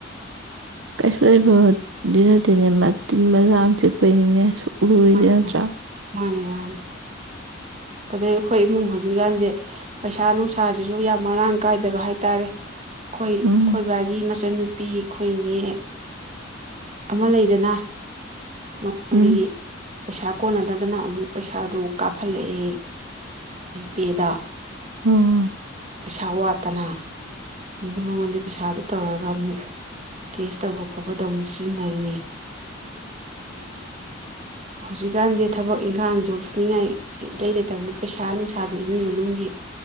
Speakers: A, on the right; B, on the right.
A: ꯀꯥꯏꯁꯨ ꯂꯩꯕꯗꯤ ꯅꯠꯇꯦꯅꯦ ꯃ ꯇꯤꯟ ꯃꯆꯥ ꯑꯃ ꯆꯤꯛꯄꯩꯅꯤꯅꯦ ꯂꯨꯔꯤꯁꯦ
B: ꯃꯅꯤ
A: ꯅꯠꯇ꯭ꯔꯥ
B: ꯃꯅꯤ ꯃꯥꯅꯦ ꯃꯥꯅꯦ ꯑꯗꯩ ꯑꯩꯈꯣꯏ ꯏꯃꯨꯡ ꯍꯧꯖꯤꯛꯀꯥꯟꯁꯦ ꯄꯩꯁꯥ ꯅꯨꯡꯁꯥꯁꯤꯁꯨ ꯌꯥꯝ ꯃꯔꯥꯡ ꯀꯥꯏꯗꯕ ꯍꯥꯏꯇꯥꯔꯦ ꯑꯩꯈꯣꯏ
A: ꯎꯝ
B: ꯈꯣꯏꯕꯥꯒꯤ ꯃꯆꯟꯅꯨ ꯅꯨꯄꯤ ꯑꯩꯈꯣꯏꯒꯤ ꯑꯃ ꯂꯩꯗꯅ ꯃꯃꯥꯡꯗꯒꯤ
A: ꯎꯝ
B: ꯄꯩꯁꯥ ꯀꯣꯟꯅꯗꯗꯅ ꯑꯃꯨꯛ ꯄꯩꯁꯥꯗꯨ ꯀꯥꯞꯍꯜꯂꯛꯑꯦ ꯖꯤꯄꯦꯗꯥ
A: ꯑꯥ
B: ꯄꯩꯁꯥ ꯋꯥꯠꯇꯅ ꯑꯗꯨ ꯃꯉꯣꯟꯗꯩ ꯄꯁꯥꯗꯨ ꯇꯧꯔꯒ ꯑꯃꯨꯛ ꯇꯦꯁ ꯇꯧꯕ ꯈꯣꯠꯄꯗ ꯑꯃꯨꯛ ꯁꯤꯖꯤꯟꯅꯔꯤꯅꯦ
A: <inaudible>
B: ꯍꯧꯖꯤꯛꯀꯥꯟꯁꯦ ꯊꯕꯛ ꯏꯪꯈꯥꯡꯁꯨ ꯁꯨꯅꯤꯡꯉꯥꯏ ꯏꯂꯩ ꯂꯩꯇꯕꯅꯤꯅ ꯄꯩꯁꯥ ꯅꯨꯡꯁꯥꯁꯦ ꯏꯃꯨꯡ ꯃꯅꯨꯡꯒꯤ